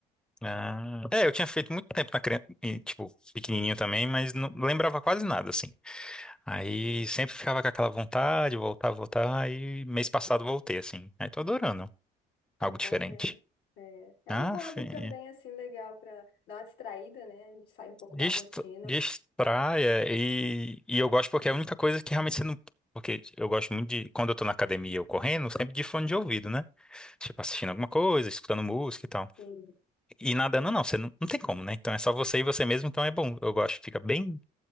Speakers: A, in the centre; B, on the left (about 80°).
A: Ah, é, eu tinha feito muito tempo na criança, e, tipo, pequenininho também, mas não lembrava quase nada, assim. Aí sempre ficava com aquela vontade, voltar, voltar, e mês passado voltei, assim. Aí tô adorando
B: É
A: algo
B: bom,
A: diferente.
B: né? É, é
A: Ah,
B: um hobby
A: fi-
B: também, assim, legal para dar uma distraída, né? A gente sai um pouco
A: dist-
B: da rotina.
A: distraia, e, e eu gosto porque é a única coisa que realmente você não... Porque eu gosto muito de, quando eu tô na academia ou correndo, sempre de fone de ouvido, né? Tipo, assistindo alguma coisa, escutando música e tal.
B: Sim.
A: E nadando não, você não, não tem como, né? Então é só você e você mesmo, então é bom. Eu gosto, fica bem